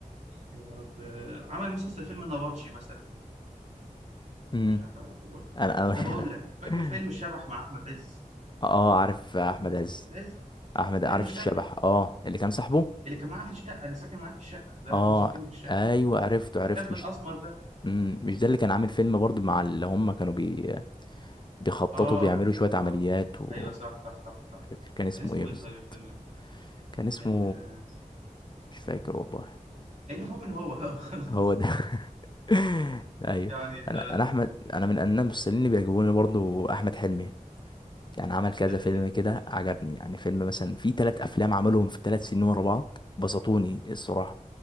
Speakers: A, on the right; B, on the left.
A: يا رب عمل مسلسل فيلم النبطشي مثلا
B: امم
A: مش هتعرفه برضه
B: انا انا
A: طب اقول لك فاكر
B: <laughs>
A: فيلم الشبح مع احمد عز
B: اه عارف احمد
A: احمد
B: عز
A: عز
B: احمد عارف
A: فيلم الشبح
B: الشبح اه اللي كان صاحبه
A: اللي كان معاه في الشقه اللي ساكن معاه في الشقه اللي
B: اه
A: راح له سكنه في الشقه
B: ايوه عرفته عرفت
A: الشاب
B: مش
A: الاسمر ده
B: مم، مش ده اللي كان عامل فيلم برضو مع اللي هم كانوا بي... بيخططوا
A: اه
B: بيعملوا شوية
A: اه
B: عمليات و
A: ايوه صح صح صح
B: مش
A: صح
B: فاكر كان اسمه
A: كان اسمه
B: ايه بالظبط
A: ايه طيب الفيلم ده
B: كان اسمه
A: كان آه،
B: مش فاكر والله
A: المهم ان هو <laughs> خلاص
B: هو ده <laughs> ايوه
A: يعني فلا
B: انا انا
A: في...
B: احمد انا من الناس الممثلين اللي بيعجبوني برضو احمد حلمي يعني عمل كذا
A: اكيد
B: فيلم كده
A: اكيد
B: عجبني يعني فيلم مثلا في ثلاث افلام عملهم في ثلاث سنين ورا بعض بسطوني الصراحة